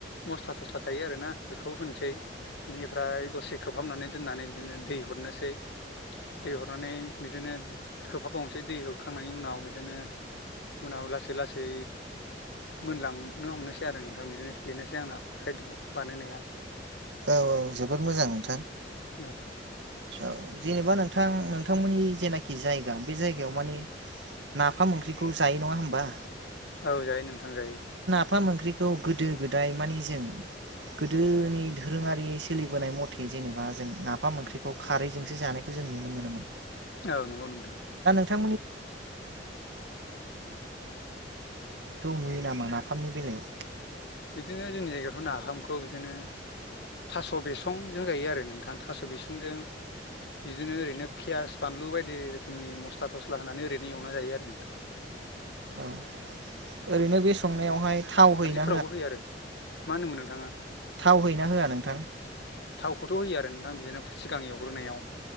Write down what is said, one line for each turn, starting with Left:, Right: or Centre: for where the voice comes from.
Left: मस्ला थस्ला थायो आरोना बेखौ होनोसै बिनिफ्राय दसे खोबहाबनानै दोननानै बिदिनो दै हरनोसै दै हरनानै बिदिनो खोबहाबावनोसै दै हरखांनायनि उनाव बिदिनो उनाव लासै लासै मोनलांनो हमनोसै आरो नोंथां बिदिनो बेनोसै आंना खायद बानायनाया
Right: औ औ जोबोद मोजां नोंथां
Left: औ
Right: औ जेनेबा नोंथां नोंथांमोननि जेनाखि जायगा बे जायगायाव मानि नाफाम ओंख्रिखौ जायो नङा होमबा
Left: औ जायो नोंथां जायो
Right: ओंखाम-ओंख्रिखौ गोदो गोदाय मानि जों गोदोनि दोरोङारि सोलिबोनाय मथे जेनेबा जों नाफाम ओंख्रिखौ खारैजोंसो जानायखौ जों नुनो मोनोमोन
Left: औ नंगौ नोंथां।
Right: <unintelligible> संनायखौ नुयो नामा नाफामनि बेलायाव?
Left: बिदिनो जोंनि जायगाफ्राव नाफामखौ बिदिनो थास' बिसंजों जायो आरो नोंथां थास' बिसंजों। बिदिनो ओरैनो पियास बानलु बायदि रोखोमनि मस्ला-थस्ला होनानै ओरैनो एवना जायो आरो नोंथां।
Right: औ ओरैनो बे संनायावहाय थाव होयो ना?
Left: फोरावबो होयो आरो मा होनोदोंमोन नोंथाङा
Right: थाव होयोना होआ नोंथां
Left: थाव खौथ' होयो आरो नोंथां बिदिनो सिगां एवग्रोनायाव।